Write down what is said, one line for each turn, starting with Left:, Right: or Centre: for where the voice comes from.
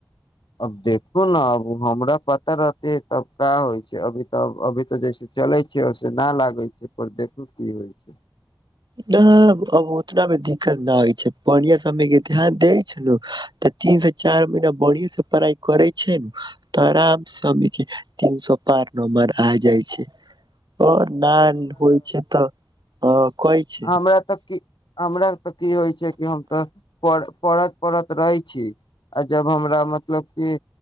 Left: अब देखू ने अब हमरा पता रहतै तब का होइ छै अभी तऽ अभी तऽ जैसे चलै छैियै ओैसे नहि लागै छै पर देखू की होइ छै
Right: नहि अब उतना भी दिक्कत न होइ छै बढ़िआ सब से के ध्यान दै छै ने तऽ तीन से चार महीना बढ़िआ से पढ़ाइ करै छै ने तऽ आराम से हमीक के तीन सौ पार नम्बर आ जाइ छै ओ नान होइ छै तऽ ह कहै छै
Left: हमरा तऽ की हमरा तऽ की होइ छै कि हम तऽ पढ पढ़त रहै छी आ जब हमरा मतलब क